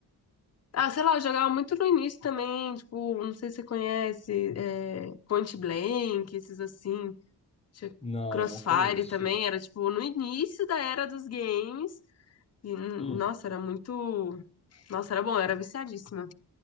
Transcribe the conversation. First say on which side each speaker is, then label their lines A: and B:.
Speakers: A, on the left; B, on the left.
A: Ah, sei lá, eu jogava muito no início também, tipo, não sei se você conhece, é, Point Blank, esses assim, Tinha
B: não,
A: Crossfire
B: não conheço.
A: também, era tipo no início da era dos games. E, hum,
B: Hum,
A: nossa, era muito. Nossa, era bom, eu era viciadíssima.